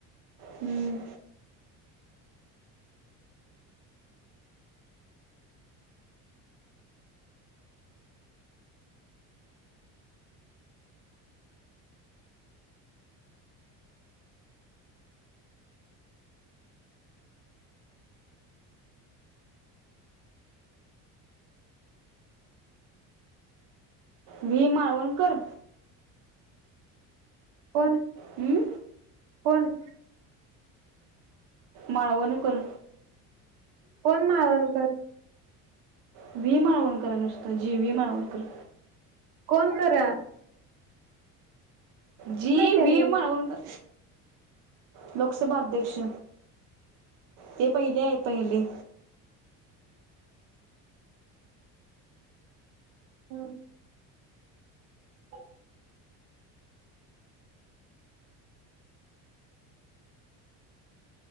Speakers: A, on the right; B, on the right.
A: हम्म, व्ही माळवणकर.
B: पन
A: हम्म,
B: पन
A: माळवण कर.
B: कोण माळवणकर?
A: व्ही माळवणकर नुसतं जी व्ही माळवणकर.
B: कोण खर?
A: जी
B: त्याने
A: व्ही माळवणकर. लोकसभा अध्यक्ष ते पहिले आहेत. पहिले
B: हम हो